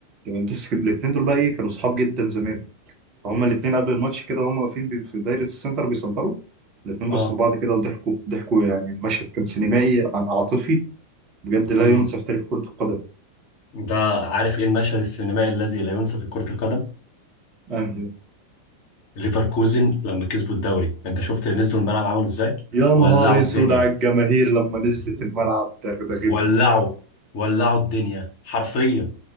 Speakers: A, on the right (about 35°); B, on the left (about 45°).
A: ليفاندوسكي الاثنين دول بقى ايه كانوا صحاب جدا زمان فهم الاثنين قبل الماتش كده وهم واقفين بي- في دايره السنتر بيسنتروا الاثنين
B: اه
A: بصوا لبعض كده وضحكوا ضحكوا يعني المشهد كان سينمائي عن عاطفي بجد لا
B: امم
A: ينسى في تاريخ كره القدم
B: ده عارف ايه المشهد السينمائي الذي لا ينسى في كرة القدم
A: انهي
B: ليفركوزن لما كسبوا الدوري انت شفت نزلوا الملعب عملوا ازاي
A: يا
B: ولعوا
A: نهار اسود
B: الدنيا
A: على الجماهير لما نزلت الملعب دغدغته
B: ولعوا ولعوا الدنيا حرفيا